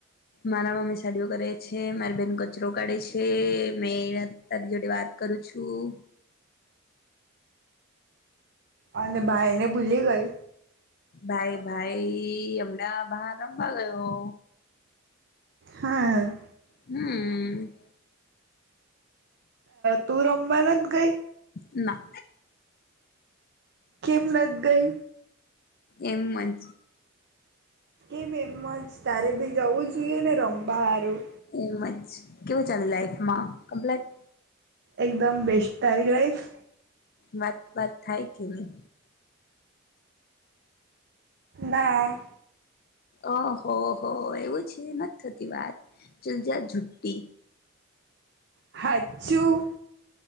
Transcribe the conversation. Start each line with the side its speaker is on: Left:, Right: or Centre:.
Left: મારા મમ્મી સાડીઓ કરે છે મારી બેહેન કચરો કાઢે છે. મે તારી જોડે વાત કરું છું.
Right: અને ભાઈ ને ભૂલી ગઈ.
Left: ભાઈ ભાઈ હમણાં બહાર રમવા ગયો.
Right: હા.
Left: હમ.
Right: તું રહમવા નથ ગઈ?
Left: ના.
Right: કેમ નથી ગઈ.
Left: એમ અજ.
Right: કેમ એમ જ તારે બી જવું જોઈએ ને રમવા હારું.
Left: એમજ કેવું ચાલે લાઈફમાં, કોમ્પલેટ
Right: એકદમ બેસ્ટ તારી લાઈફ?
Left: વાતપાત થાય કે નહી.
Right: ના.
Left: અ હો હો એવું છે નથ થતી વાત, ચાલ જા ઝૂ ટિ
Right: હચું.